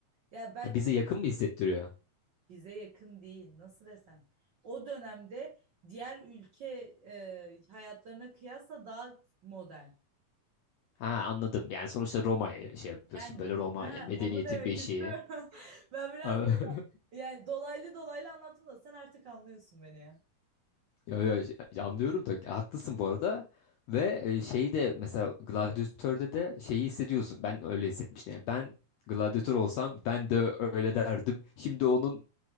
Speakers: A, on the right; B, on the left.
A: Ya belki
B: Ha, bize
A: de
B: yakın mı hissettiriyor?
A: bize yakın değil, nasıl desem. O dönemde diğer ülke e, hayatlarına kıyasla daha modern.
B: Ha anladım. Yani sonuçta Roma'ya şey yapıyorsun.
A: Yani
B: Böyle
A: sonuçta-
B: Roma yani
A: ha,
B: medeniyetin
A: onu demek
B: beşiği.
A: istiyorum. <laughs> Ben biraz
B: <laughs>
A: yani dolaylı dolaylı anlattım da sen artık anlıyorsun beni ya.
B: Ya, ya, ya anlıyorum da ya haklısın bu arada. Ve e, şeyi de mesela Gladiator'da da şeyi hissediyorsun. Ben öyle hissetmiştim. Yani ben Gladiator olsam ben de öyle derdim. Şimdi onun